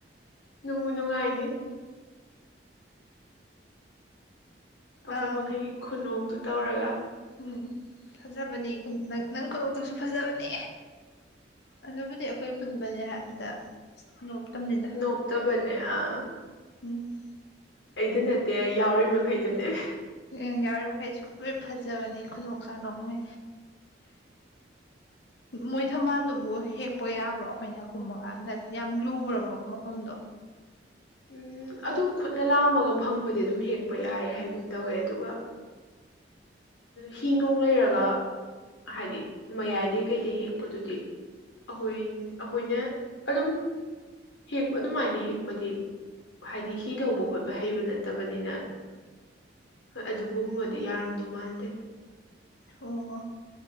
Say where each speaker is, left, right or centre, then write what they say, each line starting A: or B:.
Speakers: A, on the left (about 85°); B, on the left (about 65°).
A: ꯅꯨꯡꯕꯨ ꯅꯨꯡꯉꯥꯏꯅꯤ ꯑꯩꯈꯣꯏ
B: ꯑꯥ
A: ꯃꯈꯩꯒꯤ ꯈꯨꯅꯣꯛꯇꯨ ꯇꯧꯔꯒ
B: ꯎꯝ ꯐꯖꯕꯅꯤ ꯅꯪ ꯅꯪ ꯀ ꯑꯗꯨꯁꯨ ꯐꯖꯕꯅꯦ ꯑꯗꯨꯕꯨꯗꯤ ꯑꯩꯈꯣꯏ ꯀꯨꯟꯕꯅꯤ ꯍꯥꯏꯕꯗ ꯅꯣꯞꯇꯝꯅꯤꯗ
A: ꯅꯣꯞꯇꯕꯅꯌꯥ
B: ꯎꯝ
A: ꯑꯩꯗꯤ ꯅꯠꯇꯦ ꯌꯥꯎꯔꯤ ꯃꯈꯩꯗꯨꯅꯦ
B: ꯎ ꯌꯥꯎꯔꯤ ꯃꯈꯩꯁꯨ ꯂꯣꯏ ꯐꯖꯕꯅꯤ ꯈꯨꯗꯣꯛ ꯆꯥꯗꯣꯡꯃꯦ ꯃꯣꯏ ꯊꯝꯕꯥꯜꯗꯨꯕꯨ ꯍꯦꯛꯄ ꯌꯥꯕ꯭ꯔꯣ ꯑꯩꯈꯣꯏꯅ ꯈꯨꯝꯃꯒ ꯌꯥꯝ ꯂꯨꯕ꯭ꯔꯕ ꯃꯐꯝꯗꯣ
A: ꯎꯝ ꯑꯗꯨꯝ ꯈꯨꯠꯅ ꯂꯥꯝꯃꯒ ꯐꯪꯕꯗꯤ ꯑꯗꯨꯝ ꯍꯦꯛꯄ ꯌꯥꯏ ꯍꯥꯏꯒꯨꯝ ꯇꯧꯋꯦ ꯑꯗꯨꯒ ꯍꯤ ꯅꯨꯡ ꯂꯩꯔꯒ ꯍꯥꯏꯗꯤ ꯃꯌꯥꯏꯗꯩ ꯀꯩꯗꯩ ꯍꯦꯛꯄꯗꯨꯗꯤ ꯑꯩꯈꯣꯏ ꯑꯩꯈꯣꯏꯅ ꯑꯗꯨꯝ ꯍꯦꯛ ꯑꯗꯨꯃꯥꯏꯅ ꯍꯦꯛꯄꯗꯤ ꯍꯥꯏꯗꯤ ꯍꯤ ꯊꯧꯕ ꯈꯣꯠꯄ ꯍꯩꯕ ꯅꯠꯇꯕꯅꯤꯅ ꯑꯗꯨꯨꯝꯕꯗꯤ ꯌꯥꯔꯝꯗꯣꯏ ꯃꯥꯟꯗꯦ
B: ꯑꯣ